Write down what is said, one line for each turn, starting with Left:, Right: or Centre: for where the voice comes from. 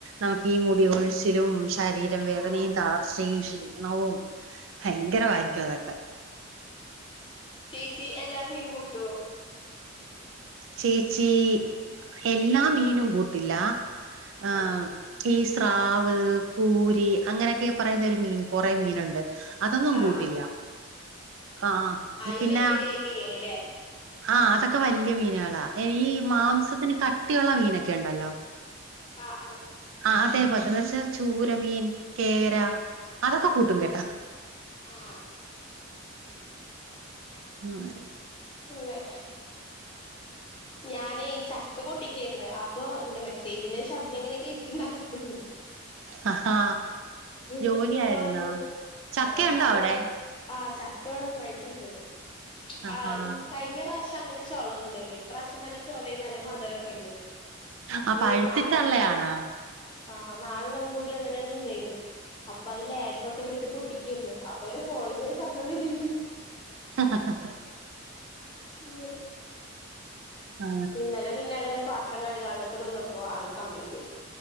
Right: നമുക്കീ മുടി കൊഴിച്ചിലും ശരീരം വേദനയും
Left: ആഹ്
Right: തളർ ച്ചയും ക്ഷീണവും ഭയങ്കര വായിരിക്കും അതൊക്കെ.
Left: ചേച്ചി എല്ലാം മീൻ കൂട്ടോ?
Right: ചേച്ചീ എല്ലാ മീനും കൂട്ടില്ലാ ഏമ്
Left: ആഹ്
Right: ഈ സ്രാവ് കൂരി അങ്ങനെയൊക്കെയേ പറയുന്ന ഒരു മീൻ കൊറെ മീനുണ്ട്. അതൊന്നും
Left: ആഹ്
Right: കൂട്ടില്ലാ
Left: ആഹ്
Right: ആഹ്
Left: ഈ
Right: പിന്നെ
Left: വല്യ വല്യ മീനുകളല്ലേ
Right: ആഹ് അതൊക്കെ വല്യ മീന്കളാ ഈഹ് മാംസത്തിന്
Left: ആഹ്
Right: കട്ടിയുള്ള മീനൊക്കെയിണ്ടല്ലോ.
Left: ആഹ് ആഹ്.
Right: ആഹ് അതേ പോൽത്തെ ന്ന്‌ വെച്ചാ ചൂരമീൻ കേരാ അതൊക്കെ കൂട്ടും കേട്ടാ.
Left: ആഹ്.
Right: <unintelligible>
Left: ഉവ്വേ, ഞാനീ ഈ ചക്ക പൊട്ടിക്കേര്ന്ന് അ പ്പോ ങ്ങനെ മെസ്സേജിന്റെ ശബ്ദംങ്ങനേ കേക്കിണ്ട് അകത്ത്ന്ന്.
Right: ഹ ഹാ ജോലിയായിരുന്നോ
Left: ഞാൻ പിന്നെ വന്ന്
Right: ചക്കയുണ്ടോ
Left: ആഹ് അത്
Right: അവടെ?
Left: ആഹ് ചക്കവടെ നന്നായിട്ട്ണ്ട്,
Right: ആഹാ
Left: ആഹ് കയ്ഞ്ഞറാശങ്ങനെ ചോളന്നുംണ്ടാര്ന്നില്ല ഇപ്രാവശ്യം നല്ല ചോളേം നല്ല മധുരക്കണ്ട്. അപ്പൊ
Right: ആ പഴുത്തിട്ടുള്ളയാണോ
Left: ഒരു ന്നാലെണ്ണം കൂടിം ആഹ് ന്നാലെണ്ണം കൂടി അങ്ങനെ നിന്നേര്ന്നു. അപ്പൊ അത് ലാഡ്റ് ഒക്കെ ഇട്ട്ട്ട് പൊട്ടിക്കേര്ന്ന് അപ്പൊ അങ്ങനെ ഫോണിൽന്ന് ശബ്‌ദം വര്ണ്ട്
Right: ഹ ഹ ഹ
Left: ഉം,
Right: ആ
Left: ഇന്നലെ പിന്നെ അങ്ങനെ പർ ത്രം കഴുകാനൊ ഒക്കെ ന്ന്ന്നപ്പോ അങ്ങെനേ സമയം പോയി.